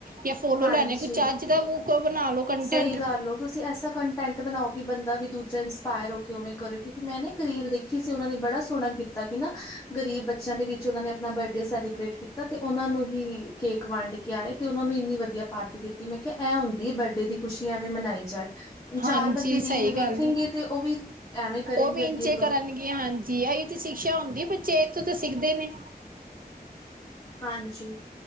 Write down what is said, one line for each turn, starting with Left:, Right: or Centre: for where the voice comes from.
Right: ਜਾਂ ਫੋਲੋ
Left: ਹਾਂਜੀ
Right: ਲੈਣੇ ਕੁਛ ਚੱਜ ਦਾ ਉਹ ਬਣਾ ਲੋ ਕੰਟੈਂਟ।
Left: ਸਹੀ ਗੱਲ ਹੋ ਤੁਸੀਂ ਐਸਾ ਕੰਟੈਂਟ ਬਣਾਓ ਕਿ ਬੰਦਾ ਵੀ ਦੂਜਾ ਇੰਸਪਾਇਰ ਹੋ ਕੇ ਉਵੇਂ ਕਰੇ। ਮੈਂ ਨਾ ਇਕ ਰੀਲ ਦੇਖੀ ਸੀ ਓਹਨਾਂ ਨੇ ਬੜਾ ਸੋਹਣਾ ਕੀਤ ਤਾ ਕਿ ਨਾ ਗ਼ਰੀਬ ਬੱਚਿਆਂ ਦੇ ਵਿੱਚ ਓਹਨਾਂ ਨੇ ਅਪਣਾ ਬਰਥਡੇ ਸੈਲੀਬ੍ਰੇਟ ਕੀਤਾ ਤੇ ਓਹਨਾਂ ਨੂੰ ਹੀ ਕੇਕ ਵੰਡ ਕੇ ਆਏ ਤੇ ਓਹਨਾਂ ਨੂੰ ਇੰਨੀ ਵਧੀਆ ਪਾਰਟੀ ਦਿੱਤੀ ਮੈਂ ਕਿਹਾ ਇਹ ਹੁੰਦੀ ਬਰਥਡੇ ਦੀ ਖੁਸ਼ੀਆਂ ਵੀ ਮਨਾਈ ਜਾਏ।
Right: ਹਾਂਜੀ
Left: ਚਾਰ ਬੰਦੇ ਰੀਲ
Right: ਸਹੀ
Left: ਵੇਖੇਗੇ
Right: ਗੱਲ ਹੈ
Left: ਤੇ ਓਹ ਵੀ ਐਵੇਂ ਕਰੇਂਗੇ
Right: ਉਹ ਵੀ
Left: ਅੱਗੇ
Right: ਇੰਝੇ
Left: ਤੋਂ।
Right: ਕਰਨਗੇ ਹਾਂਜੀ ਇਹ ਤੇ ਸ਼ਿਕਸ਼ਾ ਹੁੰਦੀ ਏ ਬੱਚਾ ਇਹਥੋਂ ਤੇ ਸਿੱਖਦੇ ਨੇ।
Left: ਹਾਂਜੀ।